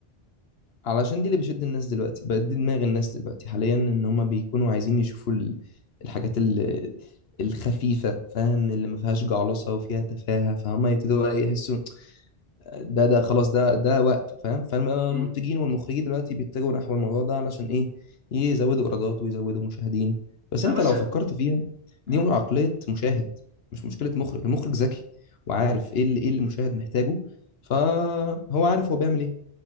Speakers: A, on the left; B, on the right.
A: علشان دي اللي بيشد الناس دلوقتي بقت دي دماغ الناس دلوقتي حاليا ان هما بيكونوا عايزين يشوفوا ال- الحاجات ال- الخفيفة فاهم اللي ما فيهاش جعلصة وفيها تفاهة فهم يبتدوا بقى يحسوا ده ده خلاص ده ده وقته فاهم فالمنتجين
B: إمم.
A: والمخرجين دلوقتي بيتجهوا نحو الموضوع ده علشان ايه يزودوا ايرادات ويزودوا مشاهدين بس
B: لأ
A: انت
B: بس
A: لو فكرت فيها دي
B: آه.
A: عقلية مشاهد مش مشكلة مخرج المخرج ذكي وعارف ايه اللي ايه اللي المشاهد محتاجه فهو عارف هو بيعمل ايه